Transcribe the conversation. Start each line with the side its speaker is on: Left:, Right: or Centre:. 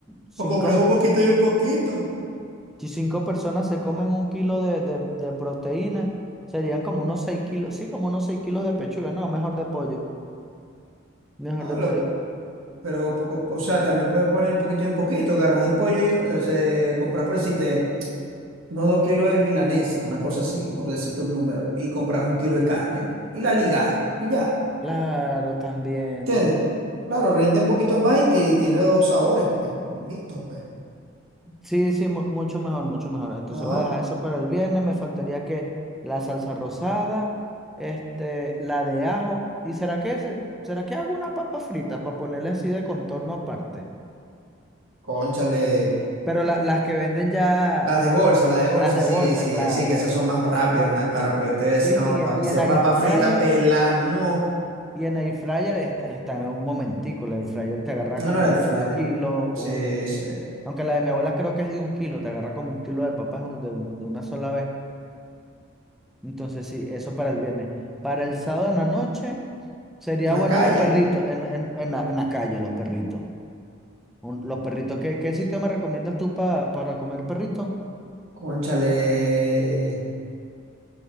Centre: cinco
Right: O compras un poquito y un poquito.
Centre: si 5 personas se comen un kilo de, de, de proteína, serían como unos 6 kilos, sí, como unos 6 kilos de pechuga, no, mejor de pollo, mejor
Right: no
Centre: de pollo.
Right: Pero, poco, o sea, también puedes poner un poquito y un poquito. Agarras el pollo y o sea, compras por decirte unos dos kilos de milanesa, una cosa así, por decirte un número, y compras un kilo de carne y la ligas y ya.
Centre: Claro, también.
Right: ¿Entiendes? Claro, rinde un poquito más y, ti- tiene dos sabores porque es mixto, pues.
Centre: Sí, sí, mu- mucho mejor, mucho mejor. Entonces
Right: Ajá.
Centre: voy a dejar eso para el viernes. Me faltaría que la salsa rosada, este, la de ajo. ¿Y será que se- será que hago unas papas fritas para ponerle así de contorno aparte?
Right: Cónchale.
Centre: Pero la- las que venden ya,
Right: Las de
Centre: la-
Right: bolsa, las de bolsa,
Centre: las de
Right: sí,
Centre: bolsa,
Right: sí,
Centre: claro.
Right: sí, que esas son más rápidas, nah, claro, porque yo te voy a decir,
Centre: Sí,
Right: no, para
Centre: y
Right: hacer
Centre: en air
Right: papa
Centre: fryer,
Right: frita, pela, no.
Centre: y en air fryer está- están en un momentico. El air fryer te agarras
Right: No,
Centre: como
Right: no era el
Centre: medio
Right: flyer.
Centre: kilo,
Right: Sí,
Centre: como-
Right: sí. En
Centre: aunque la de mi abuela creo que es de un kilo, te agarras como un kilo de papas de, un- de una sola vez. Entonces, sí, eso para el viernes. Para el sábado en la noche, sería
Right: la
Centre: bueno
Right: calle.
Centre: los perritos en, en, en la, en la calle, los perritos. Un- los perritos, ¿qué, qué sitio me recomiendas tú pa- para comer perritos?
Right: Cónchale,